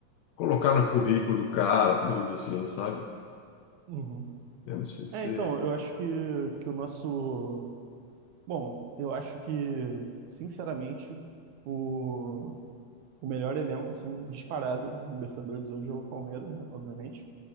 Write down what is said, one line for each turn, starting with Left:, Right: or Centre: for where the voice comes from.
Left: colocar no currículo do cara, tudo assim, sabe?
Right: uhum.
Left: Eu não sei se.
Right: É, então, eu acho que, que o nosso, bom, eu acho que, sinceramente, o, o melhor elenco, assim, disparado do Libertadores hoje é o Palmeiras, né? Obviamente.